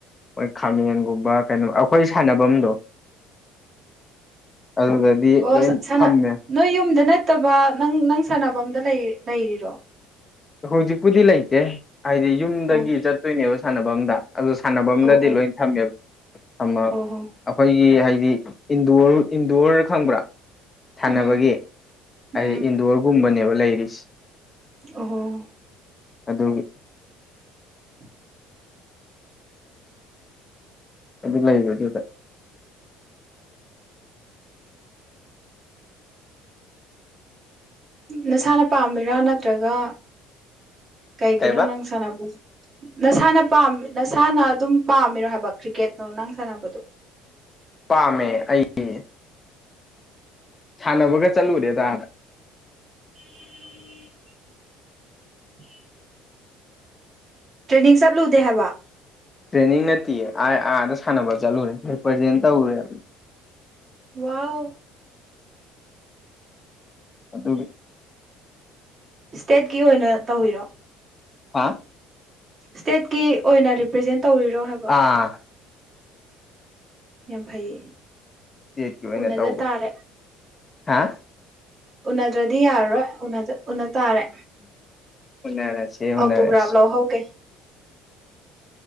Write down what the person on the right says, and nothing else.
ꯑꯣ
ꯑꯣ
ꯅꯣꯏ ꯌꯨꯝꯗꯅ ꯅꯠꯇꯕ ꯅꯪ ꯅꯪ ꯁꯥꯟꯅꯕꯗ ꯂꯩꯔꯤꯔꯣ
ꯑꯣ
ꯑꯣ ꯑꯣ
ꯑꯣ ꯍꯣ
ꯎꯝ
ꯎꯝ
ꯑꯣ
ꯎꯝ
ꯅꯁꯥꯅ ꯄꯥꯝꯃꯤꯔꯥ ꯅꯠꯇ꯭ꯔꯒ ꯀꯩꯒꯤꯅꯣ
ꯅꯪ ꯁꯥꯟꯅꯕ ꯅꯁꯥꯅ ꯅꯁꯥꯅ ꯑꯗꯨꯝ ꯄꯥꯝꯃꯤꯔꯣ ꯍꯥꯏꯕ ꯀ꯭ꯔꯤꯀꯦꯠꯅꯣ ꯅꯪ ꯁꯥꯟꯅꯕꯗꯣ
ꯎ ꯇ꯭ꯔꯦꯅꯤꯡ ꯆꯠꯂꯨꯗꯦ ꯍꯥꯏꯕ
ꯋꯥꯎ
ꯏꯁꯇꯦꯠꯀꯤ ꯑꯣꯏꯅ ꯇꯧꯕꯋꯔꯣ
ꯁ꯭ꯇꯦꯠꯀꯤ ꯑꯣꯏꯅ ꯔꯤꯄ꯭ꯔꯖꯦꯟ ꯇꯧꯔꯤꯔꯣ ꯍꯥꯏꯕ
ꯌꯥꯝ ꯐꯩꯌꯦ
ꯎꯅꯗ
ꯇꯥꯔꯦ
ꯎꯅꯗ꯭ꯔꯗꯤ ꯌꯥꯔꯔꯣꯏ ꯎꯅꯗ ꯎꯅ ꯇꯥꯔꯦ
ꯑꯣꯇꯣꯒ꯭ꯔꯥꯐ
ꯂꯧꯍꯧꯒꯦ